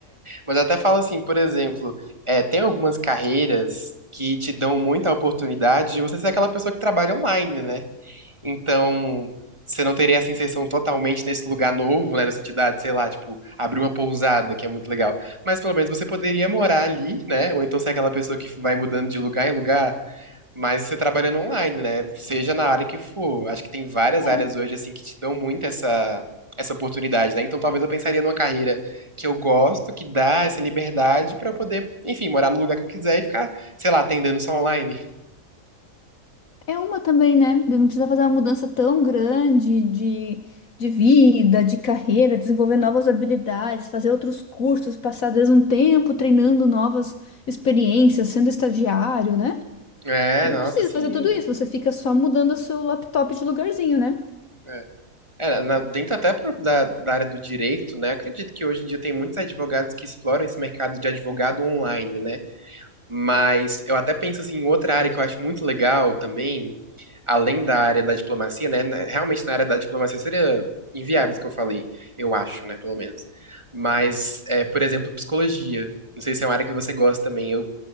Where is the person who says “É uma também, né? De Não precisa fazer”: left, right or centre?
Left